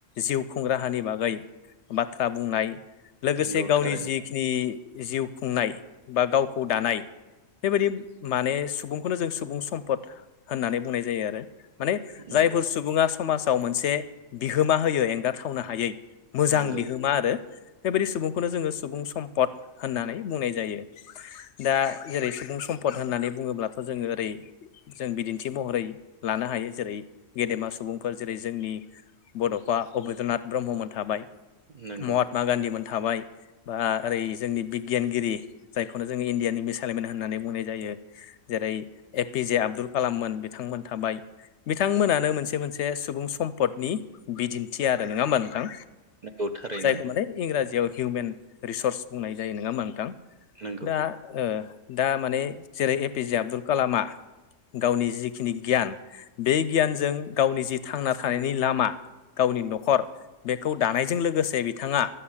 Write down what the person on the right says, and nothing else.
नंगौ
थारैनो
नंगौ
नंगौ
नंगौ
नंगौ थारैनो
नंगौ